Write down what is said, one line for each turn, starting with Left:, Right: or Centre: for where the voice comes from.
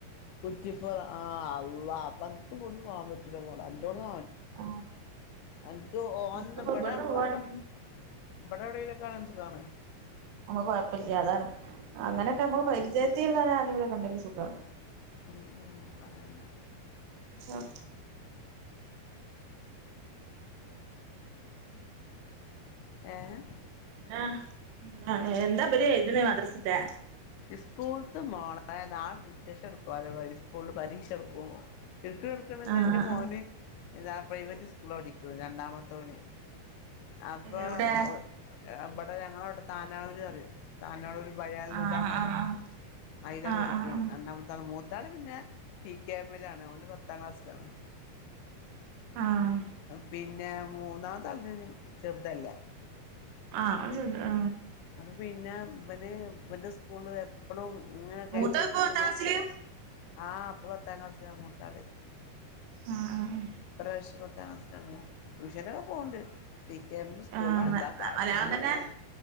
Left: കുറ്റിപ്പറം ആ അള്ളാ അപ്പം എക്ക് കൊണ്ടുപോവാൻ പറ്റൂല മോളെ എന്റോടെ
Right: ആഹ്
Left: എനിക്ക് ഓൻ
Right: എനിക്കിപ്പോ
Left: ഇബിടെ
Right: ഇവിടുന്ന്
Left: <unintelligible>
Right: പോവാണെങ്കിൽ
Left: ഇബിടെ എവിടെലും ഒക്കെ ആണേ സുഖാണേ
Right: നമ്മക്ക് കൊഴപ്പല്ല്യ അതാണ് അങ്ങനെയൊക്കെ
Left: ഉം
Right: നമ്മക്ക് പരിചയത്തില്ള്ളോരാരെങ്കിലൊക്കെ ഇണ്ടെങ്കി സുഖാ
Left: ഉം ഉം അതന്നെ
Right: <unintelligible>
Left: ഏഹ്
Right: ആഹ് ആഹ് എന്താ ഇവര് എയ്ത്ണ് മദ്രസത്തേ
Left: ഇസ്കൂൾത്ത മോളേ നാള ഡിക്ടേഷൻ എടുക്കുവോലോ ഇവ ഇസ്കൂള്ള് പരീക്ഷ എടുക്കും എടുക്ക് എടുക്ക്ണ്
Right: ആഹ്
Left: എന്റെ മോന്
Right: ആഹ്
Left: എന്താ പ്രൈവറ്റ് സ്കൂള്ളാ പഠിക്ക്ണ് രണ്ടാമത്തോന് അപ്പോ
Right: എവിടെ
Left: ഓ ഇവടെ ഞങ്ങളവിടെ താനാളൂര് അറയും താനാളൂര് ബയാനുൽ
Right: ആഹ്
Left: ഹുദാന്ന് പറയും
Right: ആഹ് ആഹ്
Left: അയ്ലാണ്
Right: ആഹ്
Left: പഠിക്ക്ണ് രണ്ടാമത്താള് മൂ മൂത്താള് പിന്നെ പി കെ എമ്മിലാണ് ഓന് പത്താം ക്ലാസ്സിലാണ്
Right: ആഹ്
Left: പിന്നെ മൂന്നാമത്താള് ചെറുതല്ലേ
Right: ആഹ് അത് ചെറുതാ
Left: പിന്ന ഇവന് ഇവൻ്റെ സ്കൂള്ള് എപ്പളും ഇങ്ങന കേട്ടെഴുത്തെടുത്ത്ട്ട്
Right: മൂത്തത് ഇപ്പൊ പത്താംക്ലാസ്സില്
Left: ആഹ് ഇപ്പ പത്താം ക്ലാസ്സിലാ മൂത്താള്
Right: ആഹ് ആഹ്
Left: ഇപ്രാവശ്യം പത് പത്താം ക്ലാസ്സിലാണ് ട്യൂഷനൊക്കെ പോണ് ണ്ട് പി കെ എം <unintelligible> സ്കൂളാണ്
Right: ആഹ് ആഹ്
Left: എന്താ പാടാവോ
Right: മലയാളം തന്നെ